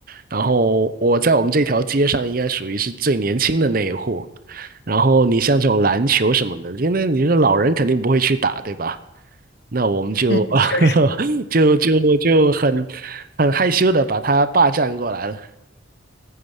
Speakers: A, on the right (about 45°); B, on the left (about 55°).
A: 然后我在我们这条街上应该属于是最年轻的那一户，然后你像这种篮球什么的，因为你说老人肯定不会去打，对吧？那我们就
B: 嗯，确实。
A: <laughs> 就就就很很害羞的把他霸占过来了。